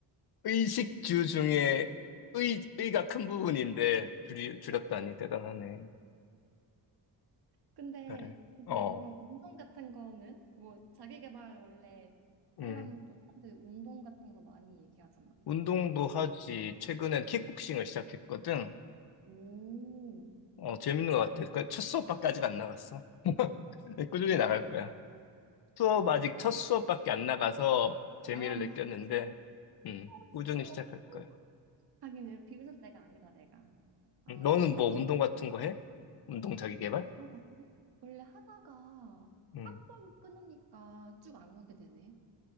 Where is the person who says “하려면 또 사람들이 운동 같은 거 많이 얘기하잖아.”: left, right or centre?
Right